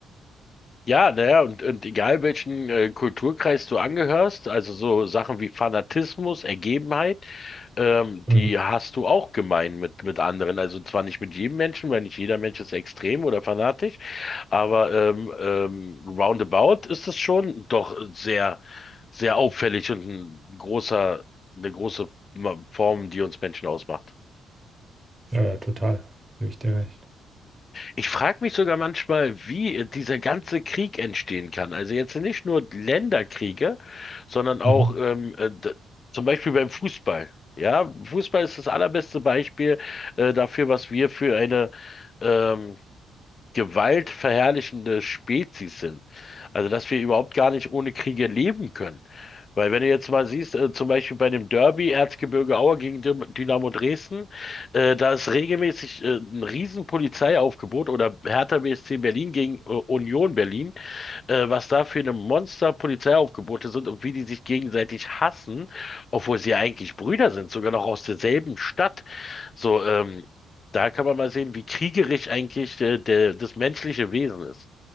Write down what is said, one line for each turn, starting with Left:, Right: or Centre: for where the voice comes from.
Left: Ja, naja, und, und egal welchen äh, Kulturkreis du angehörst, also so Sachen wie Fanatismus, Ergebenheit, ähm,
Right: Mhm.
Left: die hast du auch gemein mit, mit anderen. Also zwar nicht mit jedem Menschen, weil nicht jeder Mensch ist extrem oder fanatisch, aber ähm, ähm, roundabout ist es schon doch sehr, sehr auffällig und ein großer, eine große Ma- Form, die uns Menschen ausmacht.
Right: Ja, ja, total. Gebe ich dir recht.
Left: Ich frage mich sogar manchmal, wie dieser ganze Krieg entstehen kann. Also jetzt nicht nur Länderkriege, sondern auch
Right: Mhm.
Left: ähm, äh, d- zum Beispiel beim Fußball. Ja, Fußball ist das allerbeste Beispiel äh, dafür, was wir für eine ähm, gewaltverherrlichende Spezies sind. Also, dass wir überhaupt gar nicht ohne Kriege leben können. Weil wenn du jetzt mal siehst, äh, zum Beispiel bei dem Derby Erzgebirge Aue gegen Dym- Dynamo Dresden, äh, da ist regelmäßig äh, ein riesen Polizeiaufgebot oder Hertha BSC Berlin gegen äh, Union Berlin, äh, was da für eine Monster Polizeiaufgebote sind und wie die sich gegenseitig hassen, obwohl sie ja eigentlich Brüder sind, sogar noch aus derselben Stadt. So, ähm, da kann man mal sehen, wie kriegerisch eigentlich äh, der, das menschliche Wesen ist.